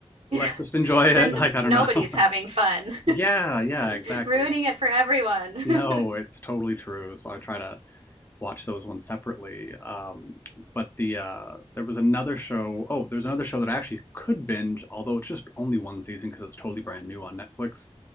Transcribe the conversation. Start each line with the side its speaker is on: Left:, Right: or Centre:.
Right: <laughs>
Left: let's just enjoy it.
Right: Then
Left: <laughs> Like, I
Right: nobody's
Left: don't know. <laughs>
Right: having fun,
Left: Yeah, yeah, exactly.
Right: <laughs> ruining it for everyone.
Left: No, it's totally true. So I try to watch those ones separately. Um, but the uh, there was another show. Oh, there's another show that I actually could binge, although it's just only one season because it's totally brand new on Netflix.